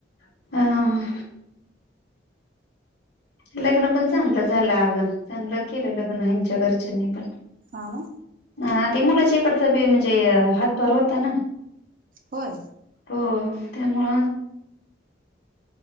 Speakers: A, on the left; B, on the right.
A: हम्म लग्न पण चांगलं झालं अगं चांगलं केलं लग्न हेंच्या घरच्यांनी पण
B: हा ना
A: अ ते मुलाच्याकडचा पण म्हणजे हातभर होता ना
B: होय
A: हो. त्यामुळे